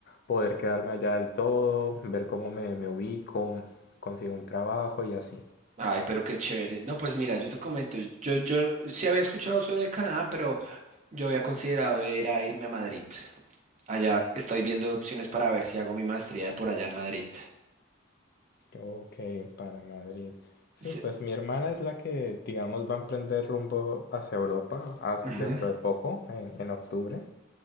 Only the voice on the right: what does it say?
Ay, pero qué chévere. No, pues mira, yo te comento, yo, yo sí había escuchado sobre Canadá, pero yo había considerado era irme a Madrid. Allá estoy viendo opciones para ver si hago mi maestría por allá en Madrid.
Sí.
Ujú.